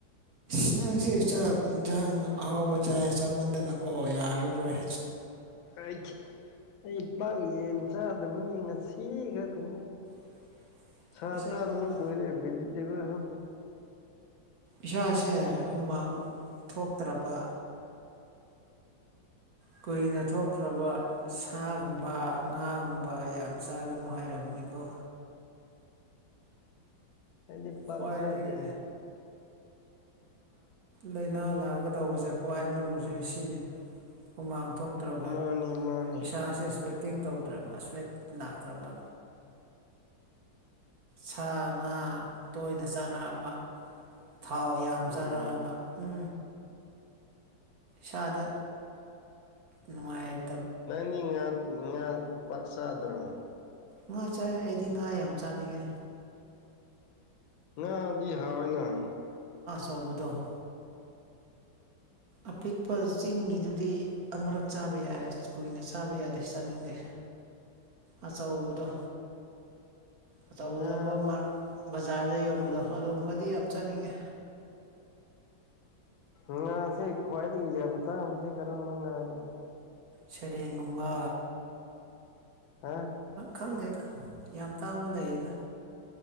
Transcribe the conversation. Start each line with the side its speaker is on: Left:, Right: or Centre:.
Right: ꯎ ꯅꯪꯁꯤ ꯆꯥꯛ ꯌꯦꯟꯁꯥꯡ ꯑꯍꯥꯎꯕ ꯆꯥꯏ ꯆꯥꯃꯟꯗꯅꯀꯣ ꯌꯥꯔꯔꯣꯏ
Left: ꯑꯩ ꯑꯩ ꯄꯥꯛ ꯌꯦꯟ ꯆꯥꯗꯕꯅꯤ ꯉꯁꯤ ꯈꯛꯇꯅꯦ
Right: <unintelligible>
Left: ꯁꯥ
Right: ꯑꯁꯦꯡꯕꯀꯣ
Left: ꯆ ꯑꯗꯨꯕꯨ ꯀꯣꯏꯔꯦ ꯕꯤꯖꯤꯇꯦꯕ ꯍꯥ
Right: ꯏꯁꯥꯁꯦ ꯍꯨꯃꯥꯡ ꯊꯣꯛꯇ꯭ꯔꯕ ꯀꯨꯏꯅ ꯊꯣꯛꯇ꯭ꯔꯕ ꯁꯥꯒꯨꯝꯕ ꯉꯥꯒꯨꯝꯕ ꯌꯥꯝ ꯆꯥꯒꯅꯨ ꯍꯥꯏꯔꯕꯅꯤ ꯑꯀꯣ
Left: ꯑꯩꯗꯤ ꯄꯥꯛ
Right: ꯈ꯭ꯋꯥꯏꯗꯒꯤ
Left: ꯆꯗꯦ
Right: ꯂꯥꯏꯅꯥ ꯂꯥꯛꯑꯒꯗꯧꯕꯁꯦ ꯈ꯭ꯋꯥꯏ ꯃꯔꯨ ꯍꯧꯛ ꯁꯤꯅꯤ ꯍꯨꯃꯥꯡ ꯊꯣꯛꯇ꯭ꯔꯕ
Left: ꯃꯥꯅꯤ ꯃꯥꯅꯤ
Right: ꯏꯁꯥꯥꯁꯁꯨ ꯀꯛꯇꯤꯡ ꯇꯧꯗ꯭ꯔꯕ ꯁ꯭ꯋꯦꯠ ꯂꯥꯛꯇ꯭ꯔꯕ ꯁꯥ ꯉꯥ ꯇꯣꯏꯅ ꯆꯥꯔꯛꯑꯕ ꯊꯥꯎ ꯌꯥꯝ
Left: ꯎꯝ
Right: ꯆꯥꯔꯛꯑꯕ ꯎ ꯁꯥꯗ ꯅꯨꯡꯉꯥꯏꯖ
Left: ꯅꯪꯗꯤ ꯉꯥ ꯉꯥ ꯄꯥꯛꯆꯥꯥꯗ꯭ꯔꯣ
Right: ꯉꯥ ꯆꯥꯏ ꯑꯩꯗꯤ ꯉꯥ ꯌꯥꯝ ꯆꯥꯅꯤꯡꯉꯦ
Left: ꯉꯥꯗꯤ ꯍꯥꯎꯏꯅ
Right: ꯇꯧꯕꯗꯣ ꯑꯄꯤꯛꯄ ꯆꯤꯡꯒꯤꯗꯨꯗꯤ ꯑꯃꯨꯔꯛ ꯆꯥꯕ ꯌꯥꯏ ꯀꯨꯏꯅ ꯆꯥꯕ ꯌꯥꯗꯦ ꯆꯥꯅꯤꯡꯗꯦ ꯑꯆꯧꯗ ꯑꯆꯧ
Left: ꯉꯥ
Right: ꯑꯆꯧꯕ ꯕꯖꯥꯔꯗ ꯌꯣꯟꯕꯗꯣ ꯑꯗꯨꯒꯨꯝꯕꯗꯤ ꯌꯥꯝ ꯆꯥꯅꯤꯡꯉꯤ
Left: ꯉꯥꯁꯦ ꯈ꯭ꯋꯥꯏꯗꯒꯤ ꯌꯥꯝꯟ ꯇꯥꯡꯕꯁꯤꯦ ꯀꯔꯝꯕ ꯉꯥꯅꯣ
Right: ꯁꯔꯦꯡꯒꯨꯝꯕ
Left: ꯍꯥ
Right: ꯈꯪꯗꯦꯗ ꯌꯥꯝ ꯇꯥꯡꯕ ꯂꯩꯌꯦꯗ